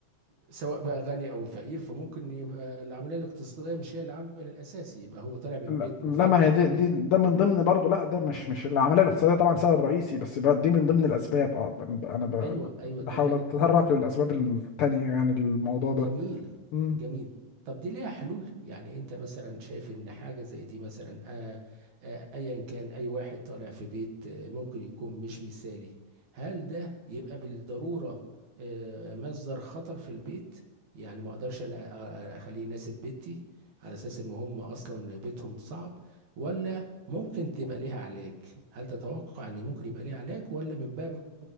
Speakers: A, on the right; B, on the left.
A: سواء بقى غني او فقير فممكن يبقى العمليه الاقتصاديه مش هي العامل الاساسي يبقى هو طالع من
B: لا,
A: بيت
B: لا
A: مفكك
B: ما هي دي,
A: فبالتالي
B: دي ده من ضمن برضه لا ده مش مش العملية الاقتصادية طبعا سبب رئيسي بس بقى دي من ضمن الأسباب اه ب- أنا ب-
A: ايوه ايوه
B: بحاول
A: تمام
B: أتطرق للأسباب التانية يعني الموضوع
A: جميل
B: ده مم.
A: جميل طب دي ليها حلول يعني انت مثلا شايف ان حاجة زي دي مثلا آه آه ايا كان اي واحد طالع في بيت آه ممكن يكون مش مثالي هل ده يبقى بالضرورة آه مصدر خطر في البيت يعني ما اقدرش انا أ- أ- اخليه يناسب بيتي على اساس ان هم اصلا بيتهم صعب ولا ممكن تبقى ليها علاج هل تتوقع ان ممكن يبقى ليها علاج ولا من بابه